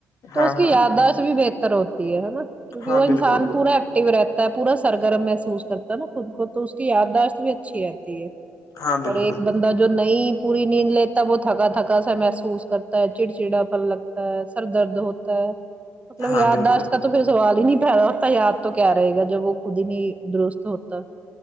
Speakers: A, on the right (about 20°); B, on the left (about 60°).
A: تو
B: ہاں
A: اس
B: ہاں
A: کی یاداشت بھی بہتر ہوتی ہے نا کیونکہ
B: ہاں
A: وہ انسان
B: بالکل
A: پورا و رہتا ہے پورا سرگرم محسوس کرتا ہے نا خود کو تو اس کی یاداشت بھی اچھی رہتی ہے
B: ہاں بالکل
A: اور ایک بندہ جو نہیں پوری نیند لیتا وہ تھکا تھکا سا محسوس کرتا ہے چڑچڑا پل لگتا ہے سر درد ہوتا ہا مطلب
B: ہاں
A: یاداشت
B: بالکل
A: کا تو پھر سوال ہی نہیں پیدا اتا یاد تو کیا رہے گا جب وہ خود ہی نہیں درست ہوتا